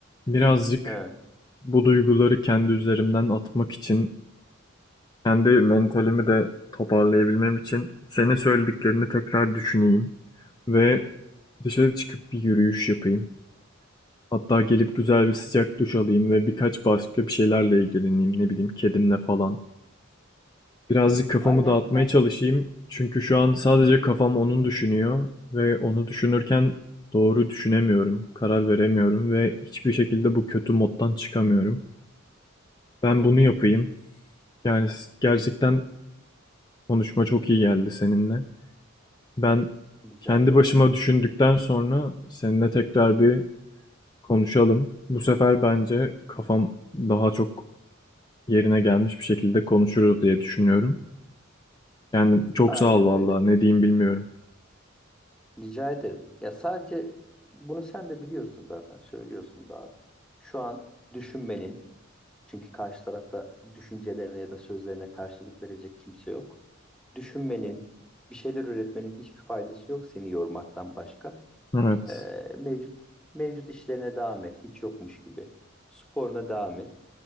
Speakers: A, on the left; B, in the centre.
A: Birazcık
B: He.
A: Bu duyguları kendi üzerimden atmak için, kendi mentalimi de toparlayabilmem için senin söylediklerini tekrar düşüneyim ve dışarı çıkıp bir yürüyüş yapayım. Hatta gelip güzel bir sıcak duş alayım ve birkaç başka bir şeylerle ilgileneyim, ne bileyim kedimle falan. Birazcık kafamı
B: Aynen
A: dağıtmaya
B: kral.
A: çalışayım çünkü şu an sadece kafam onun düşünüyor ve onu düşünürken doğru düşünemiyorum, karar veremiyorum ve hiçbir şekilde bu kötü moddan çıkamıyorum. Ben
B: Hı
A: bunu
B: hı.
A: yapayım. Yani s- gerçekten konuşma çok iyi geldi seninle. Ben
B: Rica
A: kendi
B: ederim
A: başıma
B: abi.
A: düşündükten sonra seninle tekrar bir konuşalım. Bu sefer bence kafam
B: Hı hı.
A: daha çok yerine gelmiş bir şekilde konuşuruz diye düşünüyorum. Yani çok
B: Aynen
A: sağ ol vallahi
B: öyle.
A: ne diyeyim bilmiyorum.
B: Rica ederim. Ya sadece bunu sen de biliyorsun zaten. Söylüyorsun da abi. Şu an düşünmenin Çünkü karşı tarafta düşüncelerine ya da sözlerine karşılık verecek kimse yok. Düşünmenin, bir şeyler üretmenin hiçbir faydası yok seni yormaktan başka.
A: Evet,
B: Ee, mevcut mevcut işlerine devam et, hiç yokmuş gibi. Sporuna devam et.